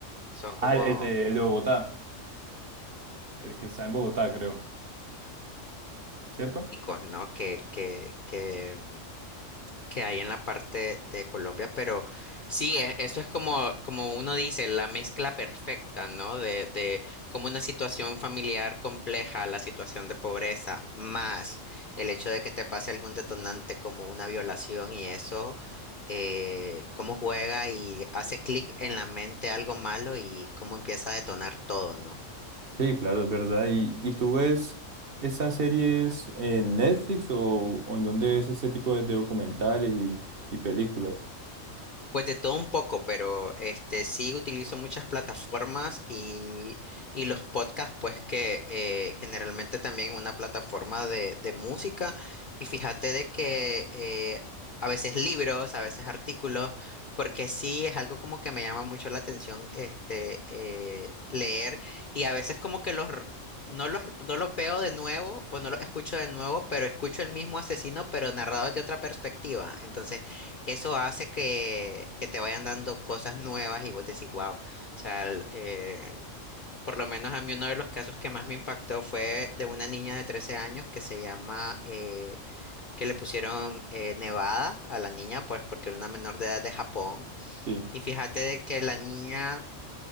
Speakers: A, on the left; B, on the right.
A: son
B: Ah,
A: como
B: el de, el de Bogotá, el que está en Bogotá, creo, ¿cierto?
A: icos, ¿no? Que, que, que que hay en la parte de Colombia, pero sí, e- eso es como, como uno dice, la mezcla perfecta, ¿no? De, de como una situación familiar compleja, la situación de pobreza, más el hecho de que te pase algún detonante como una violación y eso, eh, cómo juega y hace clic en la mente algo malo y cómo empieza a detonar todo, ¿no?
B: Sí, claro, es verdad. ¿Y, y tú ves estas series en Netflix o, o en dónde ves este tipo de, de documentales y, y películas?
A: Pues de todo un poco, pero este sí utilizo muchas plataformas y, y los podcasts, pues que eh, generalmente también una plataforma de, de música. Y fíjate de que eh, a veces libros, a veces artículos, porque sí es algo como que me llama mucho la atención este eh, leer. Y a veces como que los r- no los, no los veo de nuevo o no los escucho de nuevo, pero escucho el mismo asesino, pero narrado de otra perspectiva. Entonces eso hace que, que te vayan dando cosas nuevas y vos decís, wow. O sea, el- eh, por lo menos a mí uno de los casos que más me impactó fue de una niña de 13 años que se llama, eh, que le pusieron eh, Nevada a la niña, pues porque era una menor de edad de Japón.
B: Sí.
A: Y fíjate de que la niña